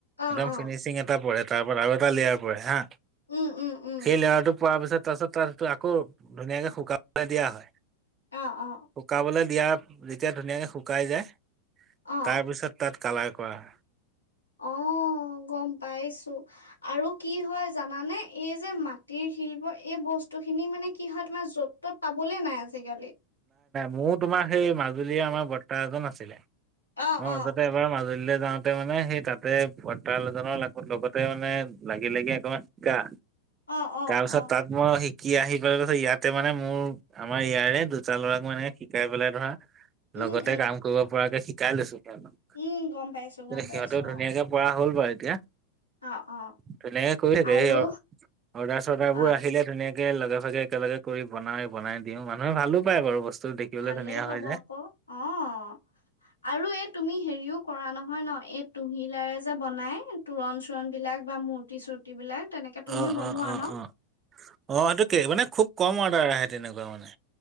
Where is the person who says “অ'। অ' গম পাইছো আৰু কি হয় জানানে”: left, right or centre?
Left